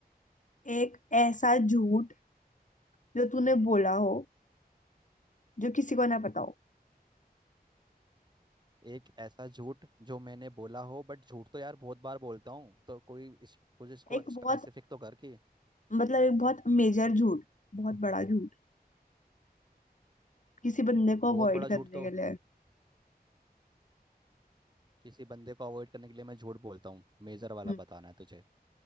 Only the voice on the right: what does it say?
एक ऐसा झूठ जो मैंने बोला हो बट झूठ तो यार बहुत बार बोलता हूँ तो कोई इस कुछ इसको
स्पेसिफिक
तो कर कि
बहुत
बड़ा
झूठ तो
किसी बंदे को अवॉइड करने के लिए मैं झूठ बोलता हूँ मेजर वाला
बताना है तुझे